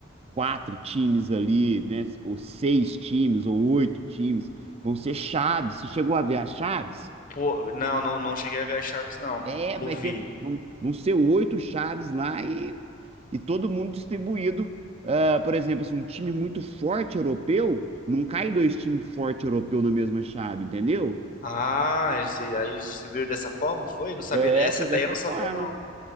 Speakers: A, on the right; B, on the left.
A: quatro times ali, né? Ou seis times, ou oito times. Vão ser chaves. Você chegou a ver as chaves?
B: Pô, não, não, não cheguei a ver as chaves, não.
A: É,
B: Ouvi.
A: vai ter, vão, vão ser oito chaves lá e, e todo mundo distribuído. Ah, por exemplo, assim, um time muito forte europeu, não cai dois times fortes europeus na mesma chave, entendeu?
B: Ah, e aí eles distribuíram dessa forma, foi? Eu Não sabia.
A: É,
B: Essa
A: foi
B: ideia
A: dessa
B: eu não sabia,
A: forma.
B: não.